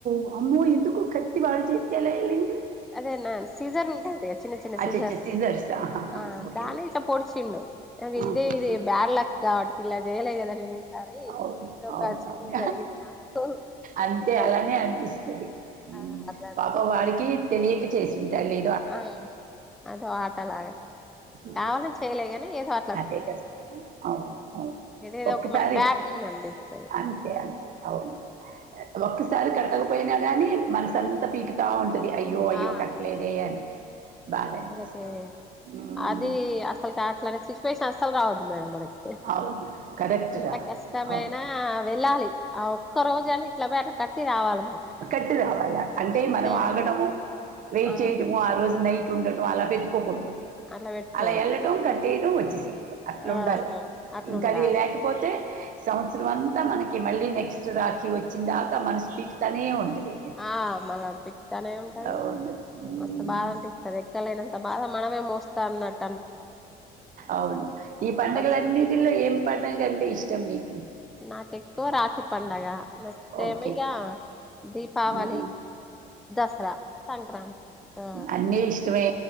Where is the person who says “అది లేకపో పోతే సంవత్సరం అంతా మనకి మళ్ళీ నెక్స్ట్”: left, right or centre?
Right